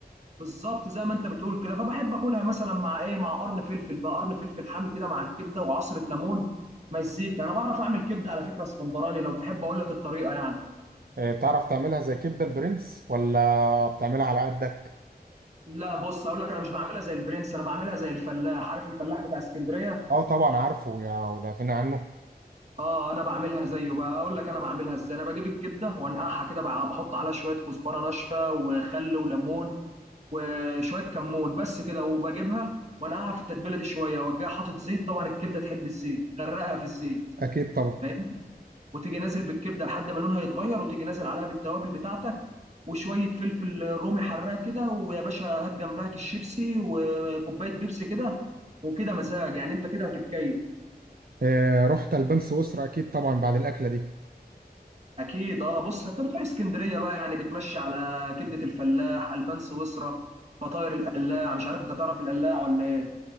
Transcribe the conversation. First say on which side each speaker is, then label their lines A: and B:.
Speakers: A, on the right (about 45°); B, on the right (about 65°).
A: بالظبط زي ما انت بتقول كده فبحب اكلها مثلا مع ايه مع قرن فلفل بقى قرن فلفل حامي كده مع الكبده وعصره ليمون مزيكا انا بعرف اعمل كبده على فكره اسكندراني لو تحب اقول لك الطريقه يعني
B: آه، تعرف تعملها زي كبدة البرنس ولا بتعملها على قدك؟
A: لا بص هقول لك انا مش بعملها زي البرنس انا بعملها زي الفلاح عارف الفلاح بتاع اسكندريه
B: اه طبعا عارفه يا وده غني عنه
A: اه انا بعملها زيه بقى اقول لك انا بعملها ازاي انا بجيب الكبده وانقعها كده بقى بحط عليها شويه كزبره ناشفه وخل وليمون وشويه كمون بس كده وبجيبها وانقعها في التتبيله دي شويه وارجع حاطط زيت طبعا الكبده تحب الزيت غرقها في الزيت
B: اكيد طبعا
A: فاهم وتيجي نازل بالكبده لحد ما لونها يتغير وتيجي نازل عليها بالتوابل بتاعتك وشويه فلفل رومي حراق كده ويا باشا هات جنبها كيس شيبسي وكوبايه بيبسي كده وكده مزاج يعني انت كده هتتكيف
B: آه، رحت البان سويسرا اكيد طبعا بعد الاكلة دي
A: اكيد اه بص انت بتروح اسكندريه بقى يعني بتمشي على كبده الفلاح البان سويسرا فطاير القلاع مش عارف انت تعرف القلاع ولا ايه